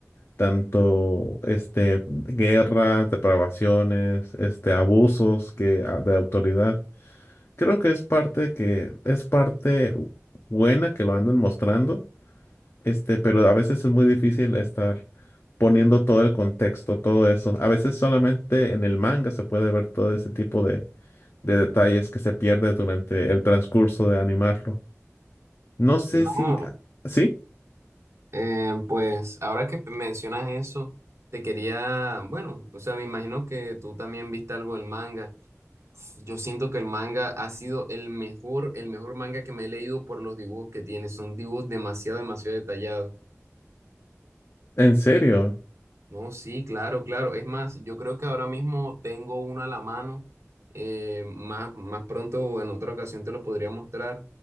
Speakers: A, on the left; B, on the right.
A: tanto este, guerras, depravaciones, este, abusos que, ah, de autoridad. Creo que es parte que es parte buena que lo andan mostrando, este, pero a veces es muy difícil estar poniendo todo el contexto, todo eso. A veces solamente en el manga se puede ver todo ese tipo de, de detalles que se pierde durante el transcurso de animarlo. No sé
B: No,
A: si... ah, ¿Sí?
B: eh, pues ahora que mencionas eso, te quería, bueno, o sea, me imagino que tú también viste algo del manga. Yo siento que el manga ha sido el mejor, el mejor manga que me he leído por los dibujos que tiene. Son dibujos demasiado, demasiado detallados.
A: ¿En serio?
B: No, sí, claro, claro. Es más, yo creo que ahora mismo tengo una a la mano. eh, más, más pronto, en otra ocasión, te lo podría mostrar.